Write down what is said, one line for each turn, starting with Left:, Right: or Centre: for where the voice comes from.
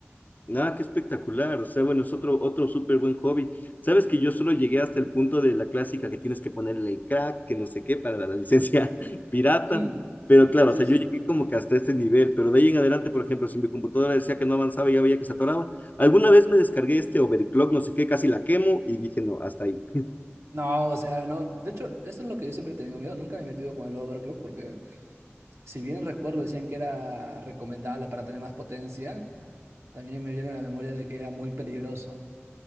Left: Ah, qué espectacular. O sea, bueno, es otro, otro súper buen hobby. Sabes que yo solo llegué hasta el punto de la clásica que tienes que ponerle el crack, que no sé qué, para la licencia <laughs> pirata.
Right: Mm,
Left: Pero claro,
Right: sí,
Left: o sea,
Right: sí.
Left: yo llegué como que hasta este nivel. Pero de ahí en adelante, por ejemplo, si mi computadora decía que no avanzaba y ya veía que se atoraba, alguna vez me descargué este overclock, no sé qué, casi la quemo y dije, no, hasta ahí.
Right: No, o sea, no. De hecho, eso es lo que yo siempre he tenido miedo. Nunca me he metido con el overclock porque, si bien recuerdo, decían que era recomendable para tener más potencia, también me viene a la memoria de que era muy peligroso.